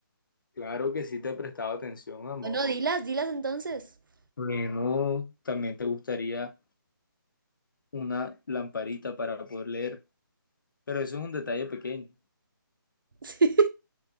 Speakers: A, on the left; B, on the right.
A: Claro que sí te he prestado atención, amor.
B: Bueno, dilas, dilas entonces. <laughs>
A: Bueno, también te gustaría una lamparita para poder leer, pero eso es un detalle pequeño.
B: Sí.